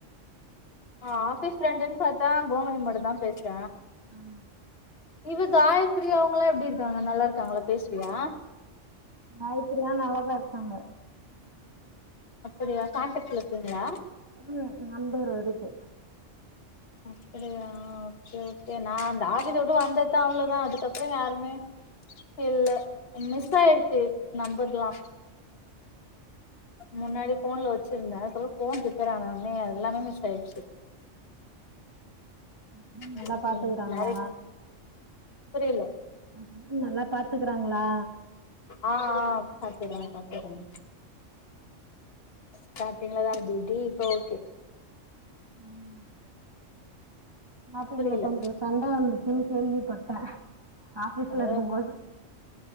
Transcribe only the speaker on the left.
ஆ ஆஃபீஸ் ப்ரெண்டுன் பாத்தா கோமதி மட்டு தா பேசுற
இவ காயத்ரி அவுங்களா எப்டி இருக்காங்க நல்லா இருக்காங்களா பேசுவியா
அப்படியா கான்டெக்ட்ல இருக்கிங்களா
அப்படியா ஓகே ஓகே நா அந்த ஆஃபீஸ்ஸ உட்டு வந்தத்தா அவ்ளோதா அதுக்கப்றோ யாருமே இல்ல மிஸ் ஆயிடுச்சு நம்பர்லா முன்னாடி ஃபோன்ல வச்சிருந்த இப்போ தா ஃபோன் ரிப்பேர் ஆன்னோனே எல்லாமே மிஸ் ஆயிச்சு
ம்
ம் நெறை புரியல
ஆ ஆ பாத்துக்றாங்க பாத்துக்றாங்க ஸ்டார்டிங்லதா அப்டி இப்டி இப்போ ஓகே
புரியல
ஆ